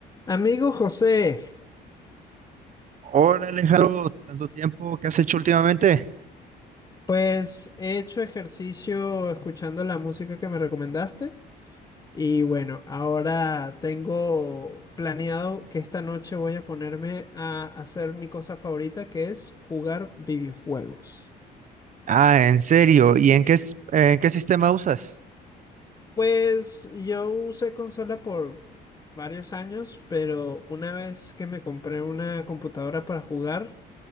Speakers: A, on the left; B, on the right.
A: Amigo José,
B: Hola Alejandro, tanto tiempo, ¿qué has hecho últimamente?
A: pues he hecho ejercicio escuchando la música que me recomendaste y bueno, ahora tengo planeado que esta noche voy a ponerme a hacer mi cosa favorita que es jugar videojuegos.
B: Ah, en serio, ¿y en qué, s- en qué sistema usas?
A: Pues yo usé consola por varios años, pero una vez que me compré una computadora para jugar,